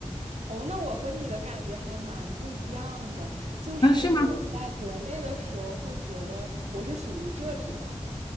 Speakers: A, on the right; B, on the left.
A: 哦，那我和你的感觉还蛮不一样的，就是我在国内的时候会觉得我是属于这里的，
B: 啊，是吗？